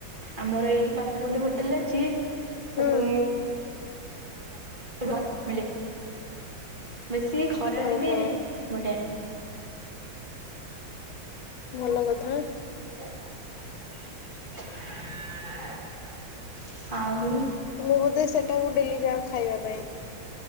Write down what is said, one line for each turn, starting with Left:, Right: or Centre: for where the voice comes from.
Right: ଆମର ଏଇଠି ପାଖରେ ଗୋଟେ ହୋଟେଲ ଅଛି
Left: ହୁଁ
Right: ସେଠି <inaudible> ମିଳେ। <inaudible> ବେଶୀ ଖରା
Left: ଓହୋ
Right: ଦିନେ ବଢିଆ
Left: ଭଲ କଥା।
Right: <inaudible> ଆଉ
Left: ମୁଁ ବୋଧେ ସେଠାକୁ ଡେଲି ଯାଅ ଖାଇବା ପାଇଁ।